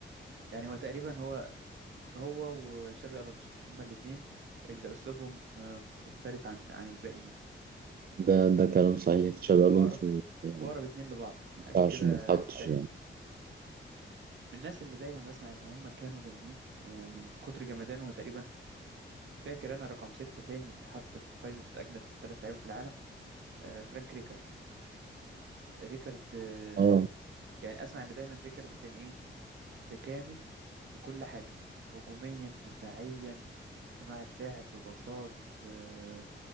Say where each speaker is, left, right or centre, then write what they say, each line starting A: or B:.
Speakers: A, on the right (about 70°); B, on the right (about 50°).
A: يعني هو تقريبا هو هو وشابي الونسو هما الاثنين اللي اسلوبهم آه، مختلف عن عن الباقيين
B: ده ده كلام صحيح تشابي
A: واقرب
B: الونسو يعني
A: واقرب
B: ما
A: اتنين لبعض حاجه
B: ينفعش
A: كده
B: ما يتحطش
A: سحر
B: يعني
A: من الناس اللي دايما بسمع ان هم كانوا جامدين ومن كتر جمدانه هو تقريبا فاكر انا رقم ستة تاني اتحط في قائمة اجمد ثلاث لعيبة في العالم آه فرانك ريكارد ريكارد آه
B: اه
A: يعني اسمع ان دايما ريكارد كان ايه تكامل في كل حاجة هجوميا دفاعيا صناعة لعب باصات آه